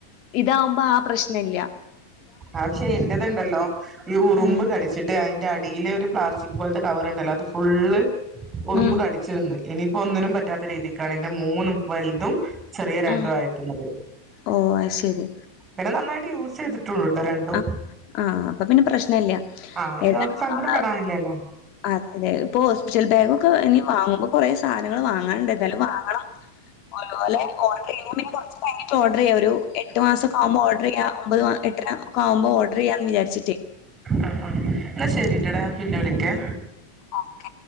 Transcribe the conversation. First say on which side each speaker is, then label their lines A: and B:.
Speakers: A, on the left (about 40°); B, on the right (about 20°).
A: ഇതാവുമ്പോ ആഹ് പ്രശ്ന ഇല്ല
B: ആഹ് ഇന്റേതുണ്ടല്ലോ ഈ ഉറുമ്പ്
A: ഉം
B: കടിച്ചി അതിന്റെ അടിയിലെ ഒരു പ്ലാസ്റ്റിക് പോലത്തെ കവറ ഉണ്ടല്ലോ അത് ഫുള്ള് ഉറുമ്പ്
A: ഉം
B: കടിച്ചു തിന്ന്- ഇനിയിപ്പോ ഒന്നിനും പറ്റാത്ത രീതിക്കാണ് എന്റെ മോനും വലുതും- ചെറിയ രണ്ടും
A: ആഹ്
B: ആയിട്ടത്
A: ഓഹ് അത് ശരി.
B: പിന്നെ നന്നായിട്ട് യൂസ് ചെയ്തിട്ട ട്ടോ രണ്ടും
A: ആഹ് ആഹ് അപ്പൊ പിന്നെ പ്രശ്നല്ല.
B: ആഹ്
A: ഏതായാലും
B: നമുക്ക് സങ്കടം പെടടാനില്ലേല്ലോ-
A: ആ, അതെ അതെ ഇപ്പൊ ഹോസ്പിറ്റൽ ബാഗ ഒക്കെ ഇനി വാങ്ങുമ്പോ കുറെേ സാധനങ്ങൾ വാങ്ങാനണ്ട് എന്നായാലും വാങ്ങണം. അല്ല ഓഡർ ചെയ്യ പിന്നെ കുറ ടൈി് ഓർഡർ ചെയ്യാം ഒരു എട്ട് മാസെ ആകുമ്പോ ഓഡർ ചെയ്യ ഒമ്പത് <unintelligible> നക്ക ആകുമ്പോ ഓർഡർ ചെയ്യാന്ന് വിചാരിച്ചിട്ടേ-
B: ആഹ് ആഹ് എന്ന ശരിട്ടടാ പിന്നെ വിളിക്കെ-
A: ഓക്കെ.